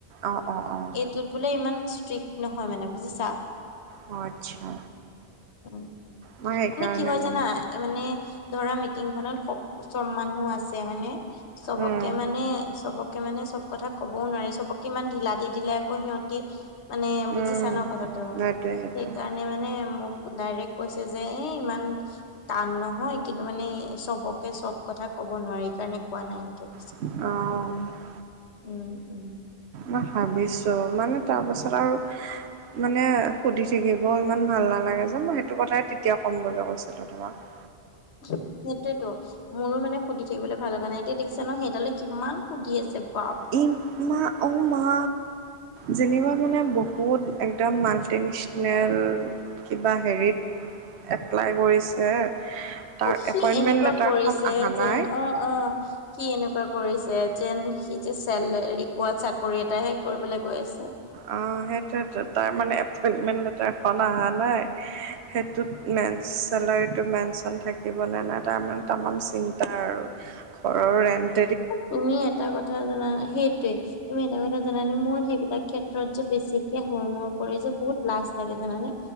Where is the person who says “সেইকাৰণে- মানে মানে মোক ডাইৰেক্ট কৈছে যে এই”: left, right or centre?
Left